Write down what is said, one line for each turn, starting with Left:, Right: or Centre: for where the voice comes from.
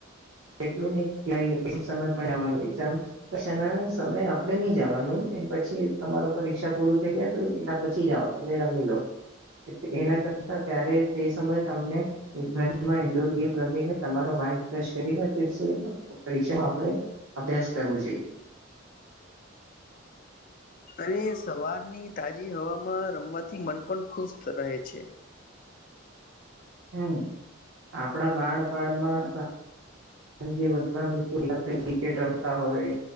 Right: એટલું નહ એ સમય પણવાનો એામ પછાના સમય આપડે નહી જવાનું એ પછી તમાર પરીક્ષા પૂર થઈ જાય તો એના પછી જ આવ તમે રમી લો એના કરતા ત્યારે તે સમયે તમને ઘર ઇન્ડોર ગેમ રમને તમારો માઇન્ડ ફેશ કરીને ફર પરીક્ષામાં આપણેે અભ્યાસ કરવો જોઈએ
Left: અને સવારની તાજી હવામાં રમવાથી મન પણ ખુશ રહે છે
Right: હમ આપણા બાળપડમાં પણ જે બધા મિત્ર થઈ વ્રિકેટ રમતા હોય